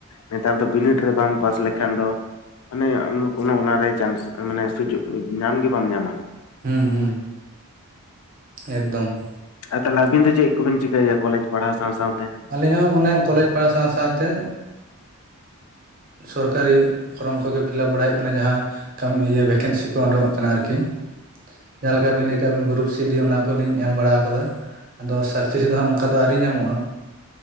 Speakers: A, on the left; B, on the right.
A: ᱱᱮᱛᱟᱨ ᱫᱚ ᱵᱤᱱᱤᱰ ᱨᱮ ᱵᱟᱢ ᱯᱟᱥ ᱞᱮᱠᱷᱟᱱ ᱫᱚ ᱢᱟᱱᱮ ᱟᱢ ᱠᱳᱱᱳ ᱚᱱᱟᱨᱮ ᱪᱟᱱᱥ ᱢᱟᱱᱮ ᱥᱩᱡᱳᱜ ᱧᱟᱢ ᱜᱮ ᱵᱟᱢ ᱧᱟᱢᱟ
B: ᱦᱩᱸ ᱦᱩᱸ ᱮᱠᱫᱚᱢ
A: ᱟᱨ ᱛᱟᱦᱚᱞᱮ ᱟᱹᱵᱤᱱ ᱫᱚ ᱪᱮᱫ ᱠᱚ ᱵᱤᱱ ᱪᱤᱠᱟᱹᱭ ᱮᱜᱟ ᱠᱚᱞᱮᱡᱽ ᱯᱟᱲᱦᱟᱣ ᱥᱟᱶ ᱥᱟᱶ ᱛᱮ
B: ᱟᱹᱞᱤᱧ ᱦᱚᱸ ᱚᱱᱮ ᱠᱚᱞᱮᱡᱽ ᱯᱟᱲᱦᱟᱣ ᱥᱟᱶ ᱥᱟᱶ ᱛᱮ ᱥᱚᱨᱠᱟᱨᱤ ᱯᱷᱨᱚᱢ ᱠᱚᱜᱮ ᱯᱷᱤᱞᱟᱯ ᱵᱟᱲᱟᱭ ᱦᱳᱭᱳᱜ ᱠᱟᱱᱟ ᱡᱟᱸᱦᱟ <unintelligible> ᱵᱷᱮᱠᱮᱱᱥᱤ ᱠᱚ ᱩᱰᱩᱠ ᱚᱜ ᱠᱟᱱᱟ ᱟᱨᱠᱤ ᱡᱟᱸᱦᱟ ᱞᱮᱠᱟ ᱵᱤᱱ ᱞᱟᱹᱭ ᱠᱮᱜᱟ ᱟᱵᱤᱱ ᱜᱨᱩᱯ ᱥᱤ ᱰᱤ ᱚᱱᱟ ᱠᱚ ᱞᱤᱧ ᱮᱢ ᱵᱟᱲᱟ ᱟᱠᱟᱫᱟ᱾ ᱟᱫᱚ ᱥᱟᱠᱥᱮᱥ ᱫᱚ ᱦᱟᱸᱜ ᱚᱱᱠᱟ ᱫᱚ ᱟᱹᱣᱨᱤ ᱧᱟᱢᱚᱜᱼᱟ᱾